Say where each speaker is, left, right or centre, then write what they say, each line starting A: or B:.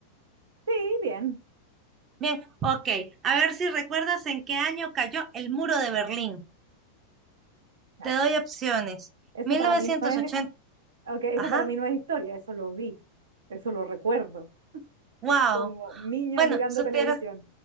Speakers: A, on the right; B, on the right.
A: Sí, bien.
B: Bien, ok, a ver si recuerdas en qué año cayó el muro de Berlín.
A: Ya,
B: Te doy opciones.
A: eso
B: Mil
A: para
B: novecientos
A: mí no es,
B: ochenta.
A: ok, eso
B: ajá,
A: para mí no es historia, eso lo vi, eso lo recuerdo.
B: wow.
A: como niña
B: Bueno,
A: mirando
B: supieras,
A: televisión.